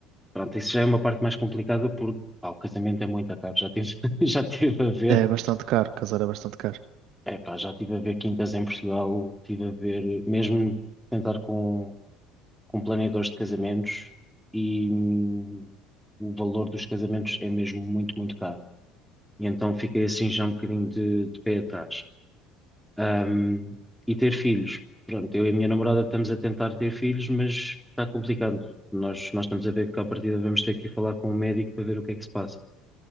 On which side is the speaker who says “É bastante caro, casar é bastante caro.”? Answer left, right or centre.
Right